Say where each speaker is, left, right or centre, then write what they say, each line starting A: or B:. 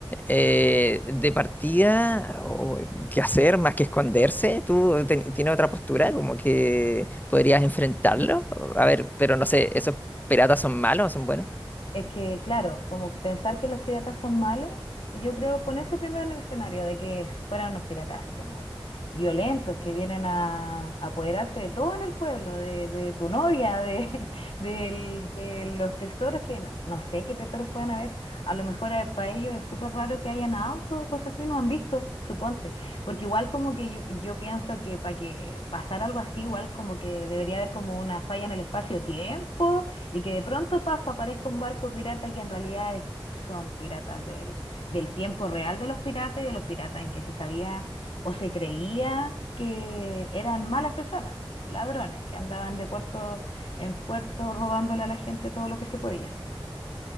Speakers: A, on the left (about 20°); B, on the left (about 75°).
A: eh, de partida, o ¿qué hacer más que esconderse? ¿Tú ten- tienes otra postura como que podrías enfrentarlo? A ver, pero no sé, ¿esos piratas son malos o son buenos?
B: Es que, claro, como que pensar que los piratas son malos, y yo creo ponerse primero en el escenario de que fueran unos piratas así como violentos, que vienen a, a apoderarse de todo en el pueblo, de, de tu novia, de, <laughs> del- de los tesoros que no, no sé qué tesoros puedan haber. A lo mejor eh, para ellos es súper raro que hayan autos o cosas así, no han visto, suponte. Porque igual como que yo, yo pienso que para que pasara algo así, igual como que debería haber como una falla en el espacio-tiempo y que de pronto, paf, aparezca un barco pirata que en realidad es- son piratas del, del tiempo real de los piratas y de los piratas en que se sabía o se creía que eran malas personas, ladrones que andaban de puerto en puerto robándole a la gente todo lo que se podía. <laughs>